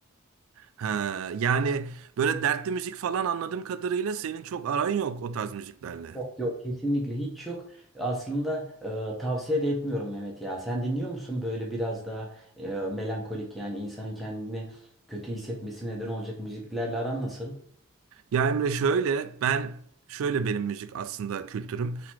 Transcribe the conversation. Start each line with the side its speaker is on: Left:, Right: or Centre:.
Right: Ha, yani böyle dertli müzik falan anladığım kadarıyla senin çok aran yok o tarz müziklerle.
Centre: Yok yok kesinlikle hiç yok. Aslında e, tavsiye de etmiyorum Mehmet ya. Sen dinliyor musun böyle biraz daha e, melankolik yani insanın kendini kötü hissetmesine neden olacak müziklerle aran nasıl?
Right: Ya Emre şöyle ben şöyle benim müzik aslında kültürüm.